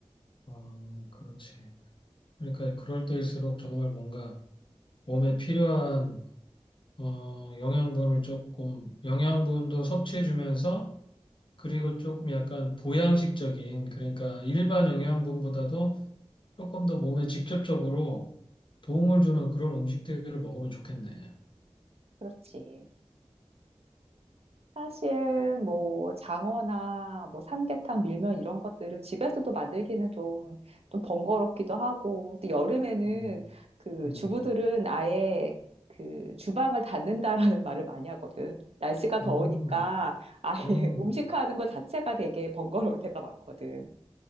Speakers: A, on the left; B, on the right.
A: 어, 그렇지. 그러니까 그럴 때일수록 정말 뭔가 몸에 필요한 어, 영양분을 조금 영양분도 섭취해주면서 그리고 조금 약간 보양식적인, 그러니까 일반 영양분보다도 조금 더 몸에 직접적으로 도움을 주는 그런 음식들을 먹으면 좋겠네.
B: 그렇지. 사실 뭐 장어나 뭐 삼계탕, 밀면 이런 것들은 집에서도 만들기는 좀, 좀 번거롭기도 하고, 또 여름에는
A: 음,
B: 그
A: 음,
B: 주부들은 아예 그 주방을 닫는다라는 <laughs> 말을 많이 하거든. 날씨가 더우니까
A: 음,
B: 아예
A: 음,
B: <laughs> 음식하는 것 자체가 되게 번거로울 때가 많거든.